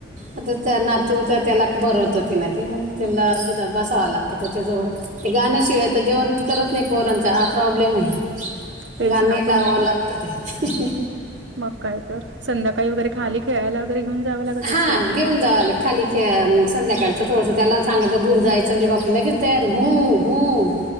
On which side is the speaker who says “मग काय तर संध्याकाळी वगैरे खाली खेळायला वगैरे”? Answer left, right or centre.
Right